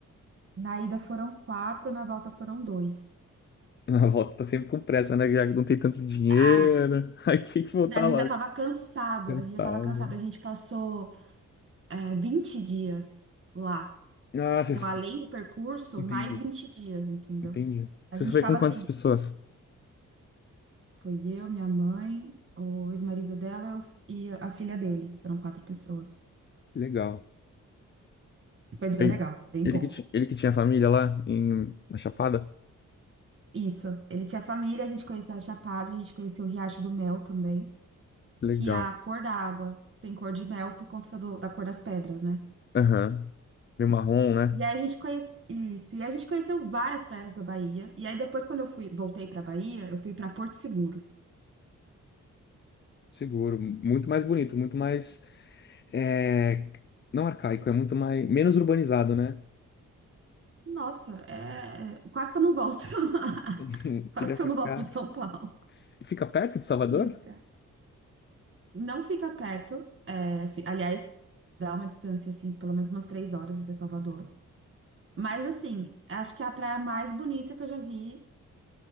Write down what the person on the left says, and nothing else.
Na volta tá sempre com pressa, né? Já que não tem tanto dinheiro.
<laughs> Aí tem que voltar
lá.
Cansado.
Ah, vocês.
Entendi.
Entendi.
Vocês
foi
com quantas
pessoas?
Legal.
Aí,
Ele
que, ti- ele que tinha família lá em, na Chapada?
Legal.
Aham. Meio marrom, né?
Seguro, muito mais bonito, muito mais. é, não arcaico, é muito mais. Menos urbanizado, né?
<laughs>
Queria
ficar.
E Fica perto de Salvador?